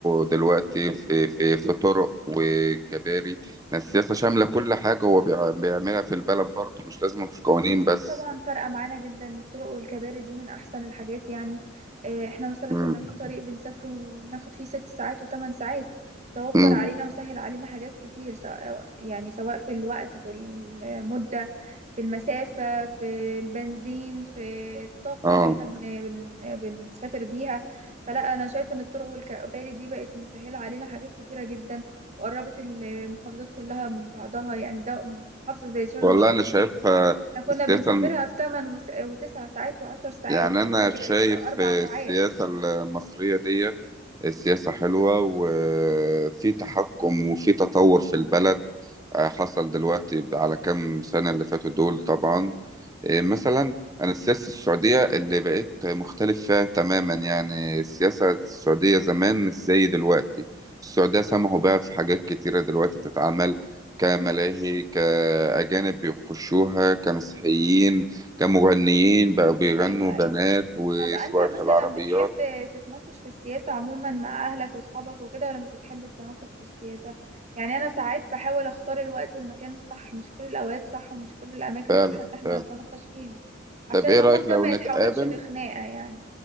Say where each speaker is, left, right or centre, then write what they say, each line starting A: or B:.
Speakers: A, on the right; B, on the right.
A: دلوقتي في في في طرق وكباري، ما السياسة شاملة كل حاجة هو بيع- بيعملها في البلد برضه مش لازم في قوانين
B: أكيد
A: بس.
B: طبعا فرقة معانا جدا الطرق والكباري دي من أحسن الحاجات يعني آه، احنا مثلا
A: امم
B: كنا في طريق بنسافره وناخد فيه ست ساعات وثمان ساعات ده وفر
A: امم
B: علينا وسهل علينا حاجات كتير سواء يعني سواء في الوقت في المدة في المسافة في البنزين في الطاقة
A: اه
B: اللي احنا بن بن بنسافر بيها فلا أنا شايفة إن الطرق والكباري دي بقت مسهلة علينا حاجات كتيرة جدا وقربت المحافظات كلها من بعضها يعني ده محافظة زي شرم
A: والله
B: الشيخ
A: انا شايف آه،
B: احنا كنا
A: السياسة
B: بنسافرها في 8 وس- وتسع ساعات وعشر ساعات
A: يعني
B: دلوقتي
A: أنا شايف
B: بقت اربع
A: السياسة
B: ساعات
A: المصرية ديت سياسة حلوة وفي تحكم وفي تطور في البلد آه، حصل دلوقتي على كام سنة اللي فاتوا دول طبعا آه، مثلا انا السياسه السعوديه اللي بقيت مختلف فيها تماما يعني السياسه السعوديه زمان مش زي دلوقتي السعوديه سمحوا بها في حاجات كتيره دلوقتي تتعمل كملاهي
B: امم
A: كأجانب بيخشوها كمسيحيين كمغنيين بقوا بيغنوا
B: ايوه
A: بنات
B: ايوه
A: وسواقة
B: طب انت مثلا
A: العربيات
B: بتحب تتناقش في السياسة عموما مع اهلك واصحابك وكده ولا مش بتحب تتناقش في السياسة يعني انا ساعات بحاول اختار الوقت والمكان الصح مش كل الاوقات صح ومش كل الاماكن
A: فعلا
B: صح ان احنا
A: فعلا
B: نتناقش فيها عشان
A: طب ايه
B: النقاش
A: رأيك
B: ده
A: لو
B: ما
A: نتقابل
B: يتحولش لخناقة يعني